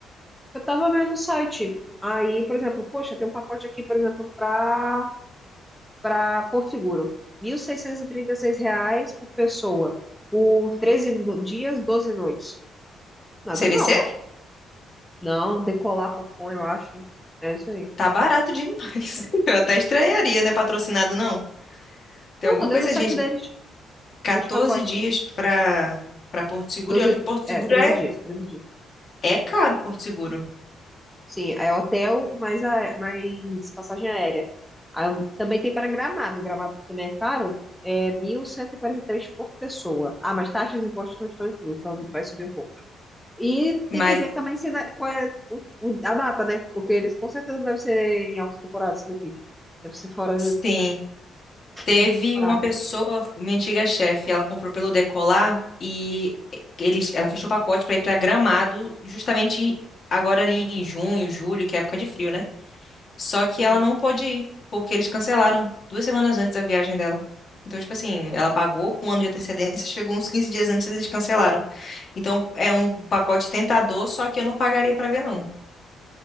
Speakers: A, in the centre; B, on the left (about 50°).
A: Eu tava vendo o site, aí, por exemplo, poxa, tem um pacote aqui, por exemplo, para para Porto Seguro. mil seiscentos e trinta e seis reais por pessoa, por 13 no- dias, 12 noites. Nada
B: CVC?
A: mal. Não, decolar decolar.com, eu acho. É isso aí.
B: Tá barato demais. <laughs> Eu até estranharia, né? Patrocinado não. Tem
A: Não,
B: alguma
A: tô dentro
B: coisa,
A: do site
B: gente.
A: deles,
B: 14
A: nos pacotes.
B: dias pra para Porto Seguro.
A: 12
B: E olha que Porto
A: é,
B: Seguro
A: treze
B: é
A: dias, 13 dias.
B: é caro, Porto Seguro.
A: Sim, é hotel mais, a, mais passagem aérea. Aí, também tem para Gramado, Gramado também é caro. É mil cento e e quarenta e três por pessoa. Ah, mas taxas e impostos não estão inclusos, então vai subir um pouco. E
B: Mas
A: tem que ver também se na- qual é o- o- a data, né? Porque eles com certeza devem ser em alta temporada isso daqui. Deve ser fora
B: sim, Teve
A: de temporada.
B: uma pessoa, minha antiga chefe, ela comprou pelo Decolar e eles, ela fechou o pacote para ir para Gramado justamente agora em junho, julho, que é época de frio, né? Só que
A: Sim.
B: ela não pôde ir, porque eles cancelaram duas semanas antes da viagem dela. Então, tipo assim, ela pagou com um ano de antecedência, chegou uns 15 dias antes e eles cancelaram. Então, é um pacote tentador, só que eu não pagaria para ver, não.